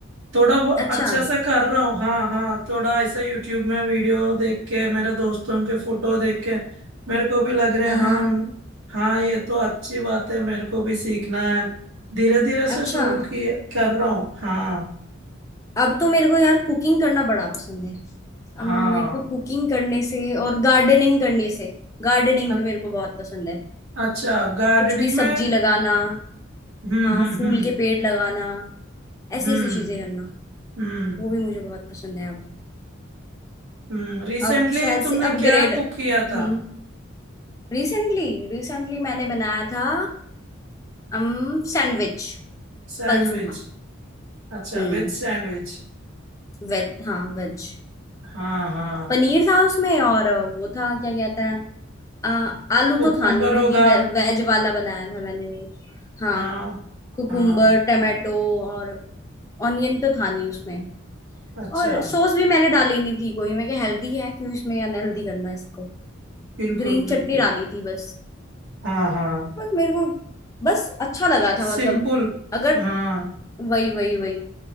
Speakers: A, on the right; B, on the left.
A: थोड़ा बहुत
B: अच्छा
A: अच्छा से कर रहा हूँ हाँ हाँ थोड़ा ऐसा यूट्यूब में वीडियो देख के मेरे दोस्तों के फोटो देख के मेरे को भी लग रहे
B: हाँ हाँ
A: हाँ हाँ ये तो अच्छी बात है मेरे को भी सीखना है धीरे धीरे से
B: अच्छा
A: शुरू किए कर रहा हूँ हाँ
B: अब तो मेरे को यार कुकिंग करना बड़ा पसंद है अब
A: हाँ
B: मेरे को कुकिंग करने से और गार्डनिंग करने से गार्डनिंग
A: अ-
B: भी मेरे को बहुत पसंद है
A: अच्छा गार्डनिंग
B: कुछ भी
A: में
B: सब्जी लगाना
A: हम्म
B: हाँ
A: हम्म
B: फूल
A: हम्म
B: के पेड़ लगाना ऐसी
A: हम्म
B: ऐसी चीजें करना
A: हम्म
B: वो भी मुझे बहुत पसंद है अब
A: हम्म रिसेंटली
B: अब शायद
A: तुमने
B: से अपग्रेड
A: क्या कुक किया
B: हम्म
A: था
B: रिसेंटली रिसेंटली मैंने बनाया था अम सैंडविच
A: सैंडविच
B: कल सुबह
A: अच्छा
B: हम्म
A: वेज सैंडविच
B: वेज हाँ वेज
A: हाँ हाँ
B: पनीर था उसमें और वो था क्या कहते हैं आ, आलू
A: कुकुम्बर
B: तो था नहीं क्योंकि
A: होगा
B: वे, वेज वाला बनाया था मैंने वो हाँ
A: हाँ
B: कुकुम्बर
A: हाँ
B: टमाटो और ऑनियन तो था नहीं उसमें
A: अच्छा
B: और सॉस भी मैंने डाली नहीं थी कोई मैं क्या हेल्दी है क्यों इसमें अनहेल्दी करना है इसको
A: बिल्कुल
B: ग्रीन चटनी
A: बिल्कुल
B: डाली थी बस
A: हाँ हाँ
B: बस मेरे को बस अच्छा लगा था
A: सिंपल
B: मतलब अगर
A: हाँ
B: वही वही वही